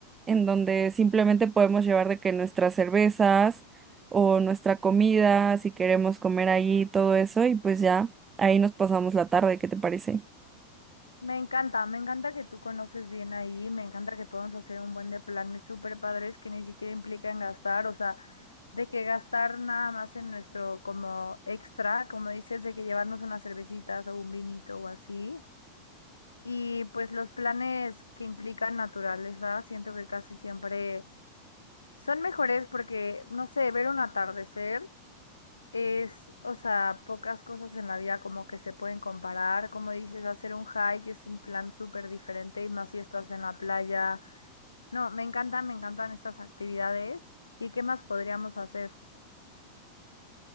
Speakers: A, on the right (about 20°); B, on the left (about 75°).
A: en donde simplemente podemos llevar de que nuestras cervezas o nuestra comida, si queremos comer ahí, todo eso y pues ya. Ahí nos pasamos la tarde, ¿qué te parece?
B: Me encanta, me encanta que tú conoces bien ahí, me encanta que podamos hacer un buen de planes súper padres que ni siquiera implican gastar, o sea, de que gastar nada más en nuestro como extra, como dices, de que llevarnos unas cervecitas o un vinito o así. Y pues los planes que implican naturaleza, siento que casi siempre son mejores porque, no sé, ver un atardecer. Es, o sea, pocas cosas en la vida como que se pueden comparar. Como dices, hacer un hike es un plan súper diferente y más si estás en la playa. No, me encantan, me encantan estas actividades. ¿Y qué más podríamos hacer?